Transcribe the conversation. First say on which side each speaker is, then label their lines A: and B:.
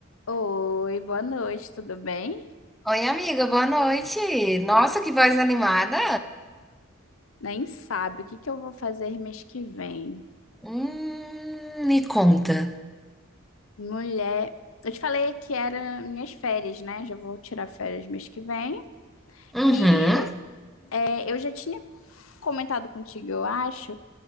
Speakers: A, on the left; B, in the centre.
A: Oi, boa noite, tudo bem?
B: Oi, amiga, boa noite. Nossa, que voz animada.
A: Nem sabe o que que eu vou fazer mês que vem.
B: Hum, me conta.
A: Mulher, eu te falei que era minhas férias, né? Já vou tirar férias mês que vem.
B: Uhum.
A: E é, eu já tinha comentado contigo, eu acho,